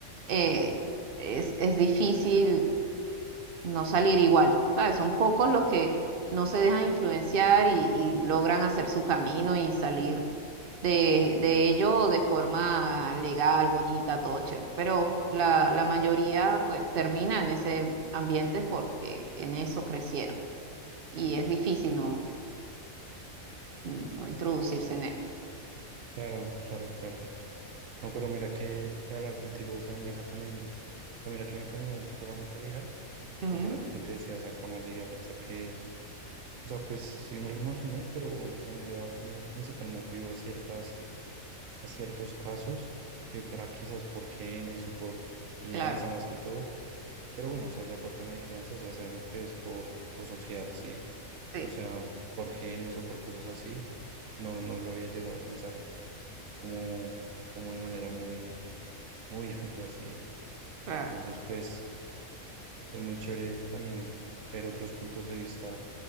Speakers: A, on the right; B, on the right.
A: eh, es, es difícil no salir igual. ¿Sabes? Son pocos los que no se dejan influenciar y, y logran hacer su camino y salir de, de ello de forma legal, bonita, todo chévere. Pero la, la mayoría pues termina en ese ambiente porque en eso crecieron y es difícil no, no introducirse en él.
B: Claro, claro, claro. No, pero mira que que hablar contigo, o sea, me deja también, o sea, mira que me cambió un poco la mentalidad,
A: Ujú,
B: porque era lo que te decía, o sea, jamás llegué a pensar que, o sea, pues sí me lo imaginé, pero, o sea, no le daba como el principal motivo a ciertas, a ciertos casos, que fuera quizás por genes o por crianza
A: claro,
B: más que todo, pero bueno, o sea, ya por tema de crianza ya sabemos que es por, por sociedad, sí, pero
A: sí,
B: o sea, por genes o por cosas así, no, no lo había llegado a pensar como, como de manera muy, muy <laughs> amplia, sí.
A: claro.
B: Entonces, pues es muy chévere también ver otros puntos de vista